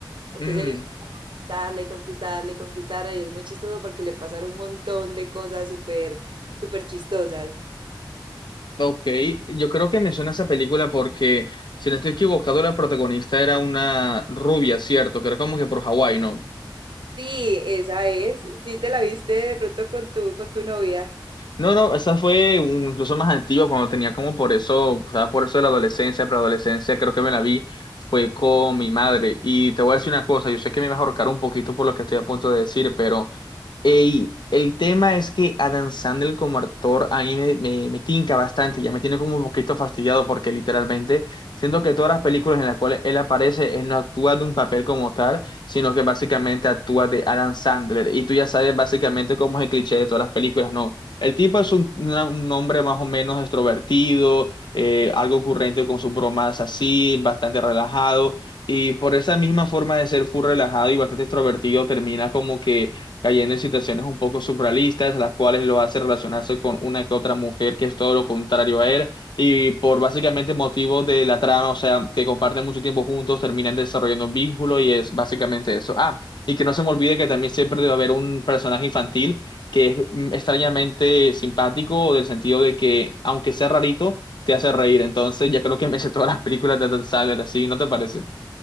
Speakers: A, on the right; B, on the left.
A: Entonces
B: ver.
A: él intenta conquistarla y conquistarla y conquistarla y es muy chistoso porque le pasan un montón de cosas súper, súper chistosas.
B: Ok, yo creo que me suena esa película porque, si no estoy equivocado, la protagonista era una rubia, ¿cierto? Que era como que por Hawái, ¿no?
A: Sí, esa es. Sí, te la viste de pronto con tu, con tu novia.
B: No, no, esa fue un- incluso más antigua, cuando tenía como por eso, o sea, por eso de la adolescencia, preadolescencia, creo que me la vi, fue con mi madre. Y te voy a decir una cosa, yo sé que me vas a ahorcar un poquito por lo que estoy a punto de decir, pero Ey, el tema es que Adam Sandler como actor a mí me, me, me tinca bastante, ya me tiene como un poquito fastidiado porque literalmente siento que todas las películas en las cuales él aparece, él no actúa de un papel como tal, sino que básicamente actúa de Adam Sandler. Y tú ya sabes básicamente cómo es el cliché de todas las películas, ¿no? El tipo es un, una- un hombre más o menos extrovertido, eh, algo ocurrente con sus bromas así, bastante relajado. Y por esa misma forma de ser full relajado y bastante extrovertido, termina como que cayendo en situaciones un poco surrealistas, las cuales lo hace relacionarse con una que otra mujer que es todo lo contrario a él, y por básicamente motivos de la trama, o sea, que comparten mucho tiempo juntos, terminan desarrollando un vínculo y es básicamente eso. Ah, y que no se me olvide que también siempre debe haber un personaje infantil que es mm, extrañamente simpático, del sentido de que, aunque sea rarito, te hace reír. Entonces, ya creo que me sé todas las películas de Adam Sandler, así, ¿no te parece?